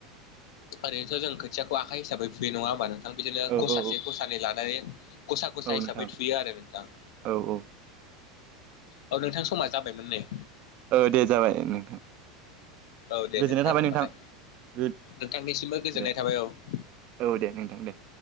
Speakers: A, on the left; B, on the right.
A: ओरैनोथ' जों खोथियाखौ आखा हिसाबै फुयो नङा होमबा नोंथां? बिदिनो
B: औ
A: गसासे
B: औ औ
A: गसानै लानानै गसा गसा
B: औ
A: हिसाबै
B: नोंथां
A: थुयो आरो नोंथां।
B: औ औ
A: औ नोंथां समा जाबायमोन नेै।
B: ओ दे जाबाय नोंथां।
A: औ दे
B: गोजोननाय
A: नोंथां
B: थाबाय
A: होमबालाय।
B: गो
A: नोंथांनिसिमबो गोजोननाय
B: दे
A: थाबाय औ।
B: औ दे नोंथां दे।